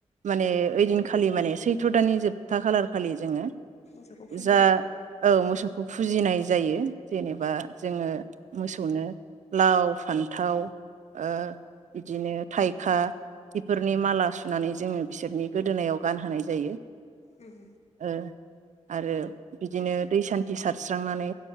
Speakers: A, on the right; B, on the left.
A: माने ओइदिनखालि माने सैथ्र' दानि जोबथा खालार खालि जोङो
B: मोसौखौ फुजिनाय
A: जा
B: जायो
A: औ मोसौखौ फुजिनाय जायो। जेनेबा जोङो मोसौनो लाव, फान्थाव ओ बिदिनो थाइखा बेफोरनि माला सुनानै जोङो बिसोरनि गोदोनायाव गानहोनाय जायो।
B: उम।
A: ओ आरो बिदिनो दै सान्थि सारस्रांनानै